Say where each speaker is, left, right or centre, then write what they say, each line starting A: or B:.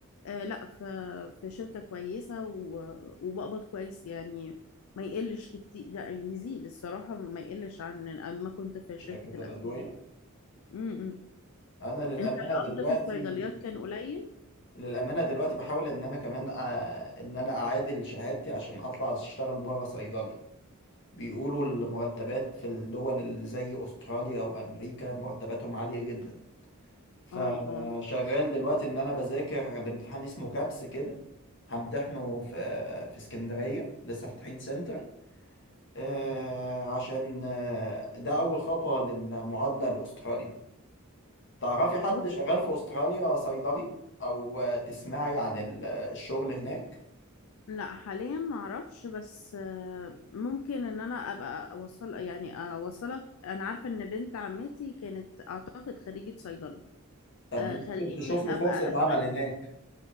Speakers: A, on the left (about 75°); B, on the left (about 60°).
A: آه لا في في شركه كويسه و- وبقبض كويس يعني ما يقلش كتير يعني يزيد الصراحه ما يقلش عن ما كنت في
B: شركات
A: شركه الادويه
B: الادوية
A: امم إمم.
B: انا للامانة
A: انت
B: دلوقتي
A: القبض في الصيدليات كان قليل
B: للأمانة دلوقتي بحاول إن أنا كمان أ... إن أنا أعادل شهادتي عشان أطلع أشتغل برا صيدلي بيقولوا المرتبات في الدول اللي زي أستراليا أو أمريكا مرتباتهم عالية جدا فشغال
A: اه اه
B: دلوقتي إن أنا بذاكر الامتحان اسمه كابس كده همتحنه في في اسكندرية لسه فاتحين سنتر آه، عشان آه، ده أول خطوة للمعادلة لأستراليا تعرفي حد
A: بص
B: شغال في أستراليا صيدلي أو آه، تسمعي عن ال- الشغل هناك
A: لا حاليا ما اعرفش بس آه، ممكن ان انا ابقى اوصل يعني اوصلك انا عارفه ان بنت عمتي كانت اعتقد خريجه صيدله
B: طب
A: آه
B: دي ممكن
A: خليني
B: تشوف
A: ابقى
B: لي فرصة
A: اسال
B: عمل هناك